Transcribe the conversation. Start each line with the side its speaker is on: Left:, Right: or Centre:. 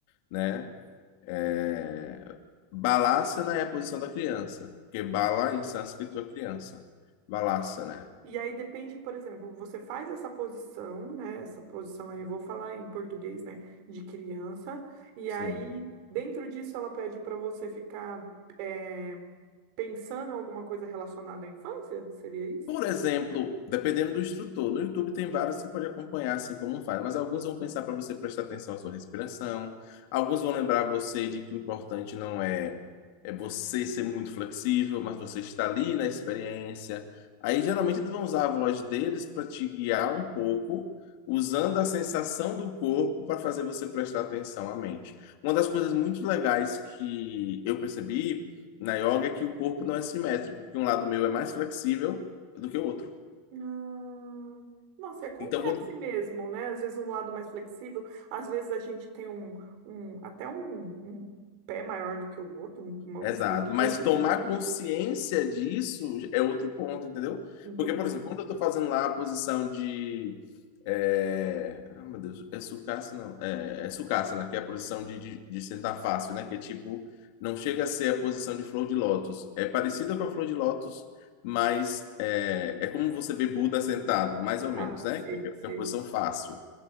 Left: né? É, Balasana é a posição da criança, porque bala em sânscrito é criança. Balasana,
Right: E aí depende, por exemplo, você faz essa posição, né? Essa posição aí, vou falar em português, né? De criança. E
Left: sim.
Right: aí, dentro disso, ela pede para você ficar é, pensando alguma coisa relacionada à infância? Seria isso?
Left: Por exemplo, dependendo do instrutor, no YouTube tem vários que você pode acompanhar assim como faz, mas alguns vão pensar para você prestar atenção à sua respiração, alguns vão lembrar você de que o importante não é é você ser muito flexível, mas você está ali na experiência. Aí geralmente eles vão usar a voz deles para te guiar um pouco, usando a sensação do corpo para fazer você prestar atenção à mente. Uma das coisas muito legais que eu percebi na yoga é que o corpo não é simétrico, que um lado meu é mais flexível do que o outro.
Right: Ah, Nossa, e acontece
Left: Então, quando.
Right: mesmo, né? Às vezes um lado mais flexível, às vezes a gente tem um, um até um, um pé maior do que o outro, um- uma- uns
Left: Exato.
Right: centímetros,
Left: Mas tomar
Right: né?
Left: consciência disso é outro ponto, entendeu?
Right: Entendi.
Left: Porque, por exemplo, quando eu estou fazendo lá a posição de. É... Ah, meu Deus, é sucaça, não. É, é sucassana, que é a posição de, de, de sentar fácil, né? Que é tipo, não chega a ser a posição de flor de lótus. É parecida com a flor de lótus, mas é, é como você vê Buda sentado, mais ou menos,
Right: Ah,
Left: né?
Right: sei,
Left: Que é que
Right: sei.
Left: é a posição fácil.